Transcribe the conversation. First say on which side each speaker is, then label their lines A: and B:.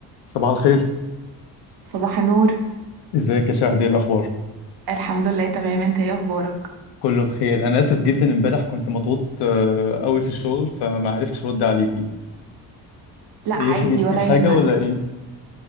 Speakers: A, on the left; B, on the right.
A: صباح الخير
B: صباح النور
A: ازيك يا شهد ايه الاخبار
B: الحمد لله تمام انت ايه اخبارك
A: كله بخير انا اسف جدا امبارح كنت مضغوط آه، قوي في الشغل فما عرفتش ارد عليكي
B: لا
A: ايه
B: عادي
A: خير في
B: ولا
A: حاجه
B: يهمك
A: ولا ايه